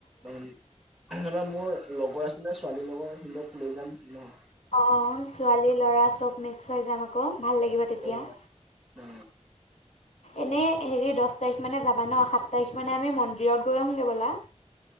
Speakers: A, in the centre; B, on the left.
A: অ', নতুবা মোৰ লগৰ আছিলে ছোৱালীৰ লগৰ সিহঁতক লৈ যাম ন'।
B: অ', ছোৱালী ল'ৰা চব মিক্স হৈ যাম আকৌ ভাল লাগিব তেতিয়া।
A: অ অ
B: এনেই হেৰি দহ তাৰিখ মানে যাবা ন', সাত তাৰিখ মানে আমি মন্দিৰত গৈ আহোগে ব'লা।